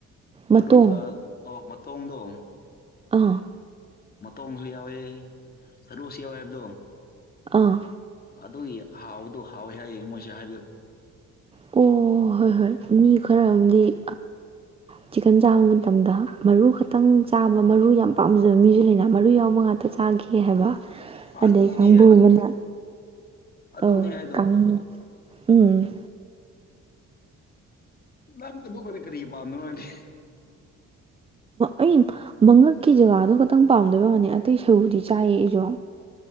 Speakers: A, on the left; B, on the right.
A: ꯃꯔꯨꯒ
B: ꯃꯇꯣꯡ
A: ꯑꯣ ꯃꯇꯣꯡꯗꯣ ꯎꯝ
B: ꯑꯥ
A: ꯃꯇꯣꯡꯁꯨ ꯌꯥꯎꯋꯦ ꯁꯔꯨꯁꯨ ꯌꯥꯎꯦ ꯍꯥꯏꯕꯗꯣ
B: ꯑꯥ
A: ꯑꯗꯨꯒꯤ ꯍꯥꯎꯗꯣ ꯍꯥꯎꯋꯦ ꯍꯥꯏꯌꯦ ꯃꯣꯏꯁꯦ ꯍꯥꯏꯕꯤꯌꯨ
B: ꯑꯣ ꯍꯣꯏ ꯍꯣꯏ ꯃꯤ ꯈꯔ ꯑꯃꯗꯤ ꯆꯤꯛꯀꯟ ꯆꯥꯕ ꯃꯇꯝꯗ ꯃꯔꯨ ꯈꯛꯇꯪ ꯆꯥꯕ ꯃꯔꯨ ꯌꯥꯝ ꯄꯥꯝꯖꯕ ꯃꯤꯁꯨ ꯂꯩꯅ ꯃꯔꯨ ꯌꯥꯎꯕ ꯉꯥꯛꯇ ꯆꯥꯒ ꯍꯥꯏꯕ
A: ꯑꯗꯨꯅꯦ
B: ꯑꯗꯩ ꯀꯥꯡꯕꯨꯨꯗꯨꯅ
A: ꯍꯥꯏꯗꯣ ꯑꯗꯨꯅꯦ
B: ꯑ
A: ꯍꯥꯏꯗꯣ
B: ꯀꯥꯡ ꯎꯝ
A: ꯅꯪ ꯑꯗꯨ ꯀꯔꯤ ꯀꯔꯤ ꯄꯥꯝꯗꯅꯣꯅꯦ
B: ꯑꯩ ꯃꯉꯛꯀꯤ ꯖꯒꯥꯗꯣ ꯈꯛꯇꯪ ꯄꯥꯝꯗꯣꯏꯅꯤ ꯑꯇꯩ ꯁꯔꯨꯗꯤ ꯆꯥꯏꯌꯦ ꯑꯩꯁꯨ